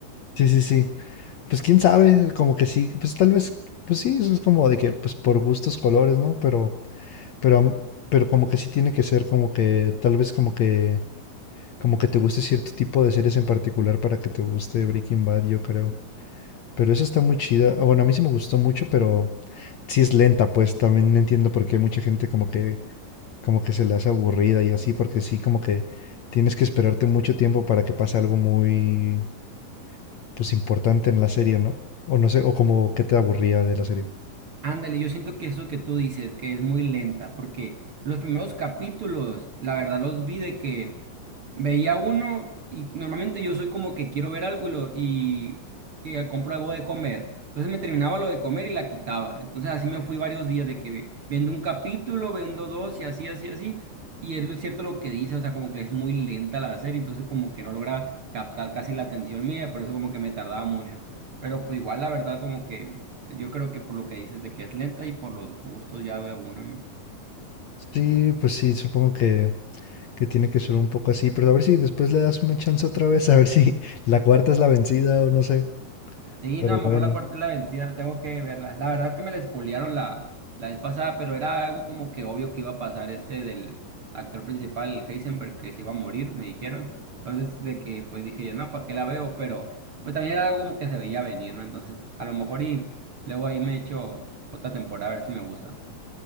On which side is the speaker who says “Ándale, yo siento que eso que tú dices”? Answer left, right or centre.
Right